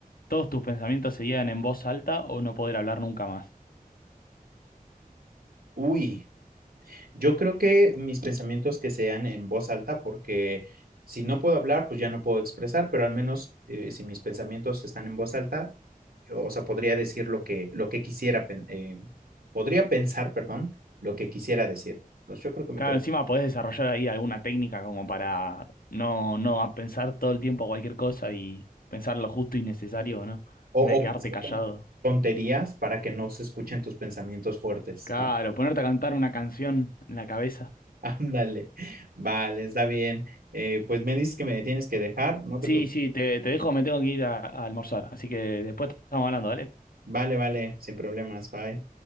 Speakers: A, on the left (about 70°); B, on the right (about 80°).
A: todos tus pensamientos se digan en voz alta o no poder hablar nunca más?
B: Uy. Yo creo que mis pensamientos que sean en voz alta, porque si no puedo hablar, pues ya no puedo expresar, pero al menos eh, si mis pensamientos están en voz alta, o sea, podría decir lo que, lo que quisiera, eh, podría pensar, perdón, lo que quisiera decir. Entonces yo creo que me
A: Claro,
B: quedo.
A: encima podés desarrollar ahí alguna técnica como para no, no a pensar todo el tiempo cualquier cosa y pensar lo justo y necesario, ¿no?
B: O,
A: En vez
B: o
A: de quedarte
B: pensar
A: callado.
B: con tonterías para que no se escuchen tus pensamientos fuertes,
A: Claro,
B: ¿no?
A: ponerte a cantar una canción en la cabeza.
B: <laughs> Ándale, vale, está bien. Eh, pues me dices que me tienes que dejar, no te
A: Sí,
B: preocupes.
A: sí, te, te dejo, me tengo que ir a a almorzar. Así que después estamos hablando, ¿dale?
B: Vale, vale, sin problemas, bye.